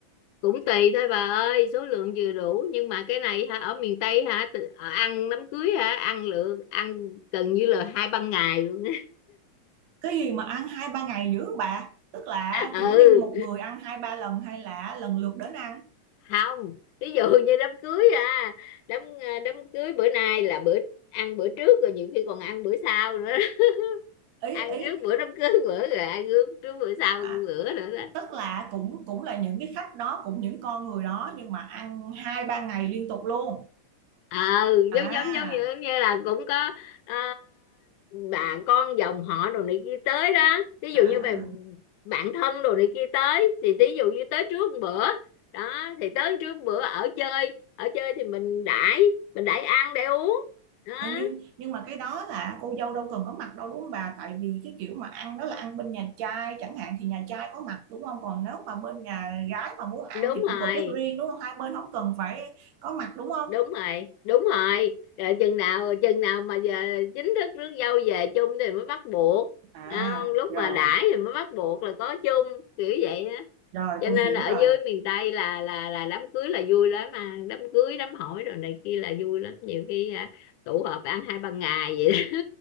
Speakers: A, on the left; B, on the right.
A: cũng tùy thôi bà ơi số lượng vừa đủ nhưng mà cái này hả ở miền Tây hả ờ, ăn đám cưới hả ăn lượng ăn gần như là hai ba ngày luôn
B: cái gì mà ăn hai ba ngày dữ bà tức là
A: <laughs>
B: kiểu như
A: ừ
B: một người ăn hai ba lần hay là lần lượt đến ăn
A: không ví dụ như đám cưới à đám ờ, đám cưới bữa nay là bữa ăn bữa trước rồi nhiều khi còn ăn bữa sau nữa đó. <laughs>
B: ý
A: ăn
B: ý
A: trước bữa đám cưới bữa rồi ăn trước trước bữa sau
B: à,
A: bữa nữa đó
B: Tức là cũng cũng là những cái khách đó, cũng những con người đó nhưng mà ăn hai ba ngày liên tục luôn.
A: ờ
B: À,
A: giống giống giống như, như là cũng có ờ, bà con dòng họ đồ này kia tới đó ví
B: à.
A: dụ như bà bạn thân đồ này kia tới thì ví dụ như tới trước một bữa đó thì tới trước một bữa ở chơi ở chơi thì mình đãi mình đãi ăn để uống đó
B: À, nhưng nhưng mà cái đó là cô dâu đâu cần có mặt đâu đúng không bà? Tại vì cái kiểu mà ăn đó là ăn bên nhà trai chẳng hạn thì nhà trai có mặt đúng không? Còn nếu mà bên nhà gái mà muốn ăn
A: đúng
B: thì cũng
A: rồi
B: tổ chức riêng đúng không? Hai bên không cần phải có mặt đúng không?
A: đúng rồi đúng rồi rồi chừng nào chừng nào mà giờ chính thức rước dâu về chung thì mới bắt buộc
B: À,
A: Thấy không? lúc
B: rồi,
A: mà đãi thì mới bắt buộc là có chung kiểu vậy á
B: rồi
A: cho
B: tôi
A: nên
B: hiểu
A: là ở
B: rồi.
A: dưới miền Tây là là là đám cưới là vui lắm mà đám cưới đám hỏi rồi này kia là vui lắm nhiều khi à, tụ họp ăn hai ba ngày vậy đó.